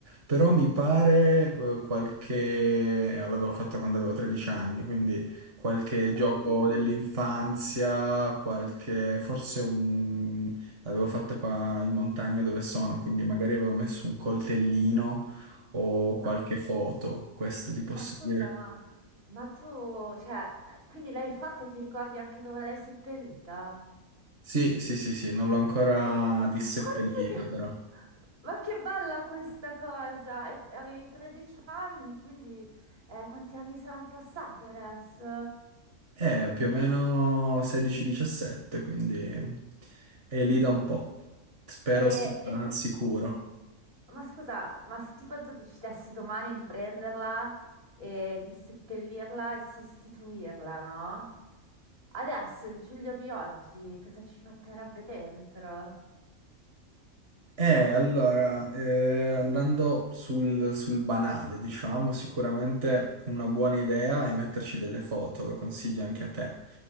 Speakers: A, on the right; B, on the right.
A: però mi pare eh, qualche... l'avevo fatta quando avevo 13 anni, quindi qualche gioco
B: Oddio.
A: dell'infanzia, qualche... forse un... l'avevo fatta qua in montagna dove sono, quindi magari avevo messo un coltellino o qualche
B: Ma,
A: foto, questo ti posso
B: ma scusa,
A: dire.
B: ma, ma tu, cioè, quindi l'hai fatta e ti ricordi anche dove l'hai seppellita?
A: Sì, sì, sì, sì, non l'ho ancora disseppellita
B: Oddio, che...
A: però.
B: Ma che bella questa cosa! E- e Avevi 13 anni, quindi eh, quanti anni saranno passati adesso?
A: È più o meno 16-17, quindi è lì da un po'. Spero
B: E,
A: sia
B: e-
A: al sicuro.
B: Ma scusa, ma se tipo tu decidessi domani di prenderla e di seppellirla e sostituirla, no? Adesso il Giulio di oggi cosa ci metterebbe dentro?
A: Eh, allora, eh, andando sul, sul banale, diciamo, sicuramente una buona idea è metterci delle foto, lo consiglio anche a te.